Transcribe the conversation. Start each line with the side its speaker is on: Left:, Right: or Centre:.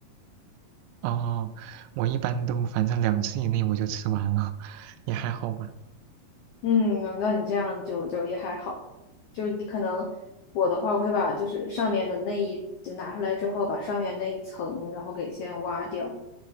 Right: 哦，我一般都反正两次以内我就吃完了，也还好吧。
Left: 嗯，那你这样就就也还好，就你可能我的话，我会把就是上面的那一就拿出来之后，把上面那一层，然后给先挖掉，